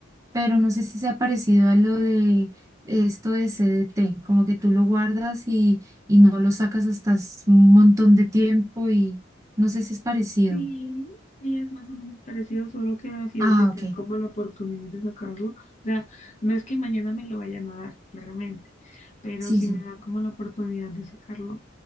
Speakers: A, on the right; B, on the left.
A: pero no sé si se ha parecido a lo de esto de CDT, como que tú lo guardas y, y no lo sacas hasta s- un montón de tiempo y no sé si es parecido.
B: Sí, y es más o menos parecido, solo que la fiducia
A: Ah,
B: te
A: ok,
B: da como la oportunidad de sacarlo. O sea, no es que mañana me lo vayan a dar, claramente, pero
A: sí,
B: si
A: sí.
B: me da como la oportunidad de sacarlo.